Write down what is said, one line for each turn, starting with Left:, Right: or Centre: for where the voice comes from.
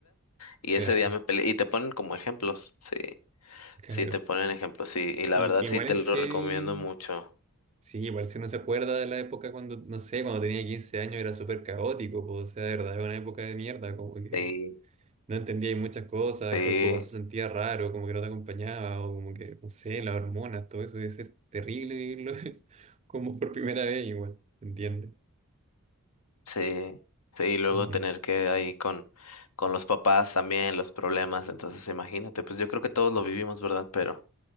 Left: y
Right: Claro,
Left: ese día me peleé. Y te ponen como ejemplos, sí,
Right: claro.
Left: sí, te ponen ejemplos, sí. Y la
Right: Y,
Left: verdad
Right: igual
Left: sí te
Right: el
Left: lo
Right: heavy.
Left: recomiendo mucho.
Right: Sí, igual si uno se acuerda de la época cuando, no sé, cuando tenía 15 años era súper caótico, po. O sea, de verdad, era una época de mierda, como que
Left: Sí,
Right: no entendía ahí muchas cosas,
Left: sí,
Right: el cuerpo igual se sentía raro, como que no te acompañaba, o como que, no sé, las hormonas, todo eso debe ser terrible vivirlo <laughs> como por primera vez igual, ¿se entiende?
Left: sí, sí. Y luego
Right: Mm,
Left: tener que ahí con, con los papás también, los problemas. Entonces, imagínate, pues yo creo que todos lo vivimos, ¿verdad? Pero,